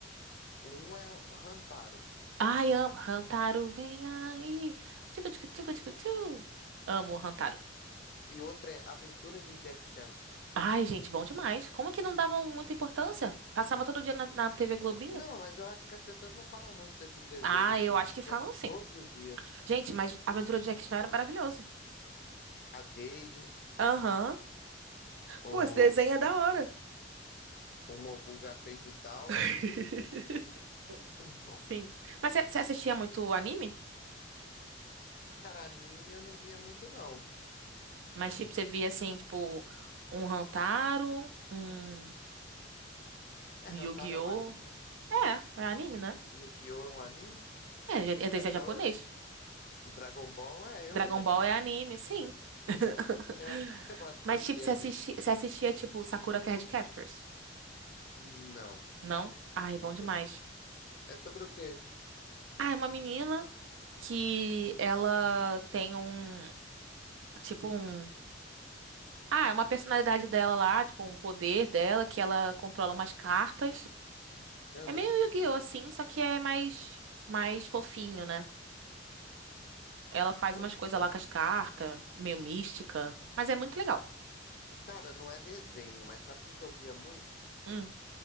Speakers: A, on the left; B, on the right.
A: Um é o Hantaro
B: Ai, amo. Hantaro, vem aí. Tico, tico, tico, tico, tio. Amo o Hantaro.
A: e outro é Aventuras de Jack Chan.
B: Ai, gente, bom demais. Como que não davam muita importância? Passava todo dia na, na TV Globinho?
A: Não, mas eu acho que as pessoas não falam muito desses desenhos
B: Ah, eu
A: e eu
B: acho que
A: via
B: falam sim.
A: todos os dias.
B: Gente, mas Aventura de Jack Chan era maravilhoso.
A: A Jade,
B: Aham.
A: o,
B: Pô, esse desenho é da hora.
A: o Mobuga Fade e tal.
B: <laughs>
A: <laughs>
B: Sim. Mas você você assistia muito anime?
A: Cara, anime eu não via muito, não.
B: Mas, tipo, você via, assim, tipo, um Hantaro, um,
A: É,
B: um
A: Hantaro
B: Yu-Gi-Oh!
A: é um anime?
B: É, é anime, né?
A: Yu-Gi-Oh! é um anime?
B: É, é é desenho
A: Ah, Então,
B: japonês.
A: eu- Dragon Ball, é,
B: Dragon
A: eu vi anime.
B: Ball é anime, sim. <laughs>
A: Eu, <laughs> eu acho
B: Mas,
A: que eu
B: tipo,
A: vi
B: você
A: anime.
B: assisti- você assistia, tipo, Sakura Card Captors?
A: Não,
B: Não? Ai,
A: nunca
B: bom demais.
A: vi. É sobre o quê?
B: Ah, é uma menina que ela tem um, tipo um, ah, é uma personalidade dela lá, tipo um poder dela que ela controla umas cartas.
A: Aham.
B: É meio Yu-Gi-Oh assim, só que é mais mais fofinho, né? Ela faz
A: Ok.
B: umas coisas lá com as cartas, meio mística, mas é muito legal.
A: Cara, não é desenho, mas sabe o que que eu via muito?
B: Hum.